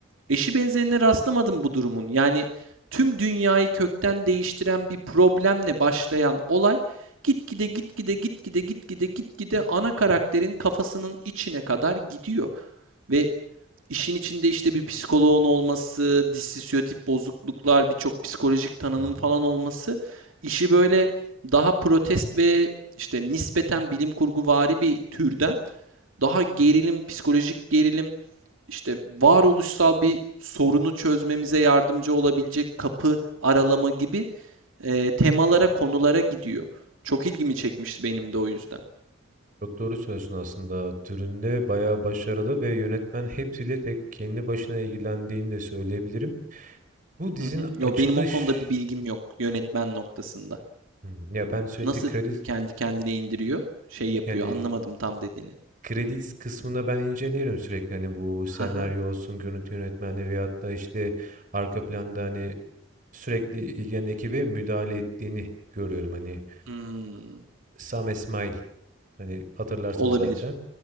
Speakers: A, on the right; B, on the right.
A: eşi benzerine rastlamadım bu durumun. Yani tüm dünyayı kökten değiştiren bir problemle başlayan olay gitgide gitgide gitgide gitgide gitgide ana karakterin kafasının içine kadar gidiyor ve işin içinde işte bir psikoloğun olması, dissosiyatif bozukluklar, birçok psikolojik tanının
B: Hı hı.
A: falan olması işi böyle daha protest ve işte nispeten bilim kurguvari bir türden daha gerilim, psikolojik gerilim, işte varoluşsal bir sorunu çözmemize yardımcı olabilecek kapı aralama gibi e, temalara, konulara gidiyor. Çok ilgimi çekmişti benim de o yüzden.
B: Çok doğru söylüyorsun aslında. Türünde bayağı başarılı ve yönetmen hepsiyle tek kendi başına ilgilendiğini de söyleyebilirim. Bu dizinin
A: Hı hı. Yo,
B: açılış
A: benim o konuda bir bilgim yok yönetmen noktasında.
B: Hmm, ya ben sürekli
A: Nasıl
B: kredi
A: kendi kendine indiriyor? Şey yapıyor.
B: yani
A: Anlamadım tam dediğini.
B: kredi kısmını ben inceliyorum sürekli hani bu senaryo
A: Haha.
B: olsun, görüntü yönetmenliği veyahut da işte arka planda hani sürekli ilgilenen ekibe müdahale ettiğini görüyorum. Hani
A: Hmm.
B: Sam İsmail Hani hatırlarsın
A: Olabilir.
B: zaten.